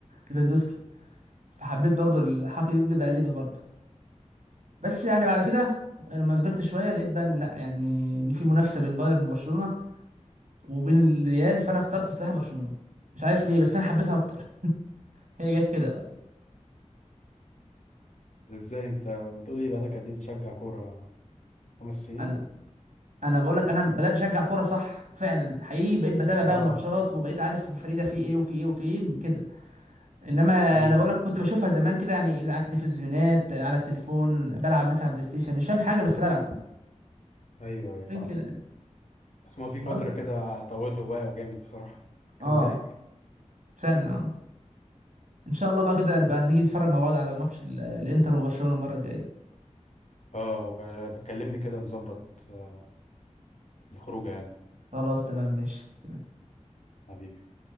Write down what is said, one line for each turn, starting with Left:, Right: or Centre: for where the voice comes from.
Right: ليفاندوسكي فحبيت برضو الحركه دي بقى بقلده برضو بس يعني بعد كده يعني لما كبرت شويه لقيت بقى ان لا يعني ان في منافسه بين بايرن وبرشلونه وبين الريال فانا اخترت الصراحه برشلونه مش عارف ليه بس انا حبيتها اكتر هي جت كده بقى
Left: ازاي انت بتقولي بقالك قد ايه بتشجع كورة خمس سنين
Right: انا انا بقول لك انا بدات اشجع كوره صح فعلا حقيقي بقيت بتابع
Left: اه
Right: بقى ماتشات وبقيت عارف الفريق ده فيه ايه وفيه ايه وفيه ايه من كده انما
Left: ايوه
Right: انا بقول
Left: ايوه
Right: لك كنت بشوفها زمان كده يعني اذا على التلفزيونات على التليفون بلعب مثلا على البلاي ستيشن مش فاهم حاجه بس بلعب
Left: ايوه ايوه فاهم
Right: عشان كده يعني
Left: بس هو في فترة
Right: غصب
Left: كده طوله واقع جامد بصراحة كان
Right: اه
Left: ضحك
Right: فعلا اه ان شاء الله بقى كده نبقى نيجي نتفرج مع بعض على ماتش ال- الانتر وبرشلونه المره الجايه
Left: اه ب- بكلمني كده نظبط آه، الخروجه يعني
Right: خلاص تمام ماشي تمام
Left: حبيبي